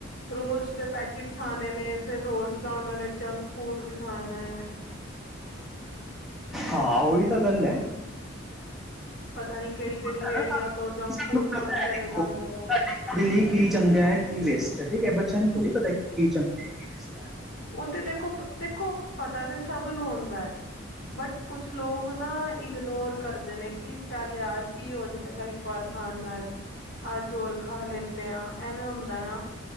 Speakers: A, on the left; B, in the centre.
A: ਰੋਜ਼ ਦੇ ਪੈਕਟਸ ਆਣੇ ਨੇ ਫਿਰ ਰੋਜ਼ ਦਾ ਉਹਨਾ ਨੇ ਜੰਕ ਫੂਡ ਵੀ ਖਾਣਾ ਹੈ
B: ਹਾਂ ਉਈ ਤਾਂ ਗੱਲ ਏ
A: ਪਤਾ ਨੀ ਕੇਹੜੀ ਕੇਹੜੀ
B: ਪਤਾ
A: ਰੇਹੜੀਆਂ
B: ਨਾ
A: ਤੋਂ ਜੰਕ
B: ਸਾਨੂੰ
A: ਫੂਡ ਖਾਨ
B: ਪਤਾ ਹੈ
A: ਚਲੇ
B: ਦੇਖੋ
A: ਜਾਂਦੇ ਨੇ
B: ਸਾਡੀ ਕੁੜੀ ਲਈ ਕੀ ਚੰਗੈ ਕੀ ਵੇਸਟ ਐ, ਠੀਕ ਏ ਬੱਚਿਆਂ ਨੂੰ ਥੋੜ੍ਹੀ ਪਤਾ ਕੀ ਚੰਗੈ ਕੀ ਵੇਸਟ ਐ
A: ਓਹ ਤੇ ਦੇਖੋ, ਦੇਖੋ ਪਤਾ ਤੇ ਸਭ ਨੂੰ ਹੁੰਦਾ ਐ। ਬਟ ਕੁਛ ਲੋਕ ਨਾ ਇਗਨੋਰ ਕਰਦੇ ਨੇ ਕਿ ਚੱਲ ਯਾਰ ਕੀ ਹੋ ਜਾਏਗਾ ਇਕ ਵਾਰ ਖਾਨ ਨਾਲ, ਅੱਜ ਹੋਰ ਖਾ ਲੈਂਦੇ ਹਾਂ, ਐਵੇਂ ਹੁੰਦਾ ਨਾ।